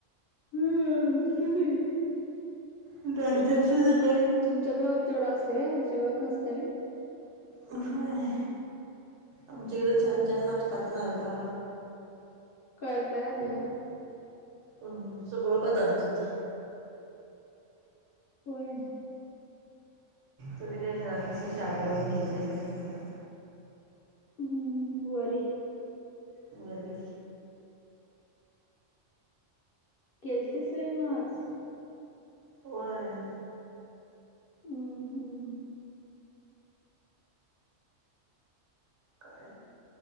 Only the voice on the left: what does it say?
हं हुती की.
तुमच्याच गावात तेवढं असतय व्हय, आमच्या गावात नसतयं व्हय.
काय- काय आलेला?
होय.
हम्म वरी.
केलतीस व्हयं मग आज.
हं, हूं..